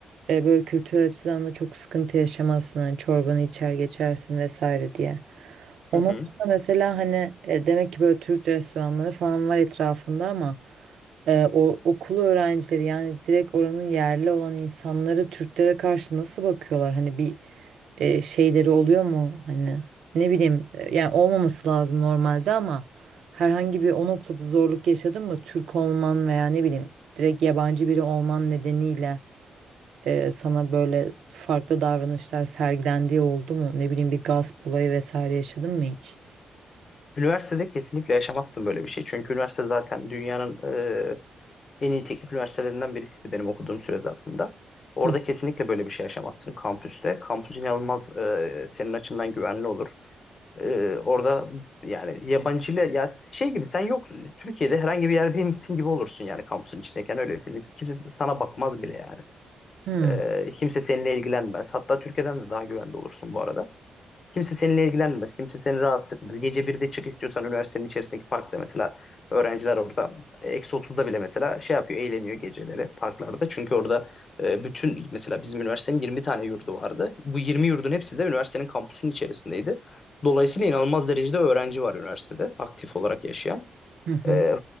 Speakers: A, on the right (about 80°); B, on the left (about 50°).
A: E, böyle kültürel açıdan da çok sıkıntı yaşamazsın. Hani çorbanı içer geçersin vesaire diye.
B: Hı
A: O
B: hı.
A: noktada mesela hani e, demek ki böyle Türk restoranları falan var etrafında ama e, o, okul öğrencileri yani direkt oranın yerli olan insanları Türklere karşı nasıl bakıyorlar? Hani bir e, şeyleri oluyor mu? Hani ne bileyim e, yani olmaması lazım normalde ama herhangi bir o noktada zorluk yaşadın mı? Türk olman veya ne bileyim direkt yabancı biri olman nedeniyle e, sana böyle farklı davranışlar sergilendiği oldu mu? Ne bileyim bir gasp olayı vesaire yaşadın mı hiç?
B: üniversitede kesinlikle yaşamazsın böyle bir şey. Çünkü üniversite zaten dünyanın e, En iyi teknik üniversitelerinden birisiydi benim okuduğum süre zarfında. Orada
A: Hı
B: kesinlikle böyle bir şey yaşamazsın kampüste. Kampüs inanılmaz e, senin açından güvenli olur. E, orada yani yabancıyla ya şey gibi sen yok Türkiye'de herhangi bir yerdeymişsin gibi olursun yani kampüsün içindeyken öylesin. Kimse sana bakmaz bile yani.
A: hı
B: Ee, kimse seninle ilgilenmez. Hatta Türkiye'den de daha güvende olursun bu arada. Kimse seninle ilgilenmez. Kimse seni rahatsız etmez. Gece 1'de çık istiyorsan üniversitenin içerisindeki parkta mesela öğrenciler orada. e, Eksi otuzda bile mesela şey yapıyor. Eğleniyor geceleri parklarda. Çünkü orada e, bütün mesela bizim üniversitenin 20 tane yurdu vardı. Bu 20 yurdun hepsi de üniversitenin kampüsünün içerisindeydi. Dolayısıyla inanılmaz derecede öğrenci var üniversitede aktif olarak yaşayan.
A: hı. hı.
B: Ee,